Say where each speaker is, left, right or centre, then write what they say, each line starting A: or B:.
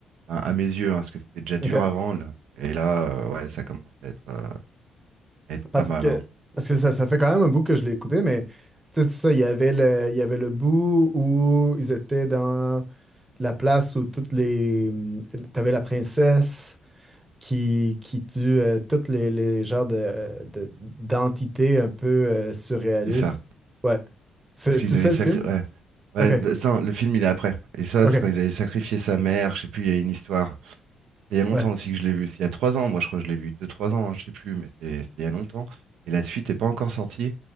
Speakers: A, on the right; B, on the right.
A: Enfin, à mes yeux, hein, parce que c'était déjà dur
B: Ok.
A: avant. là. Et là, euh, ouais, ça commence à être, euh, à être pas
B: Parce
A: mal.
B: que,
A: hein.
B: parce que ça, ça fait quand même un bout que je l'ai écouté, mais tu sais, c'est ça, il y avait le, il y avait le bout où ils étaient dans la place où toutes les. T'avais la princesse qui, qui tue euh, toutes les, les genres de, euh, de- d'entités un peu euh, surréalistes.
A: C'est ça.
B: Ouais. C'est
A: Parce qu'ils
B: c'est
A: avaient
B: ça
A: sacré...
B: le film?
A: Ouais, ouais
B: Ok,
A: le, ça, le film, il est après. Et ça,
B: ok.
A: c'est quand ils avaient sacrifié sa mère. Je sais plus, il y a une histoire. Il y a longtemps
B: Ouais.
A: aussi que je l'ai vu. C'est il y a trois ans, moi je crois que je l'ai vu. Deux, trois ans, hein, je sais plus, mais c'est c'est il y a longtemps. Et la suite n'est pas encore sortie.